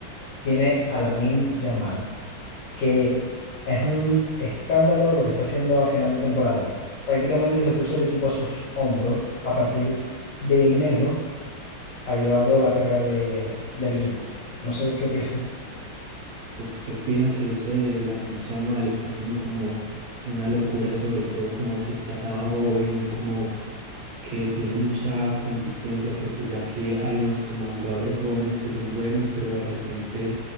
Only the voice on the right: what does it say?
Uf, yo opino que eso de Lamine Yamal está haciendo como una locura y sobre todo como que está tan joven y como que tiene mucha consistencia porque ya que hay unos como jugadores jóvenes que son buenos, pero de repente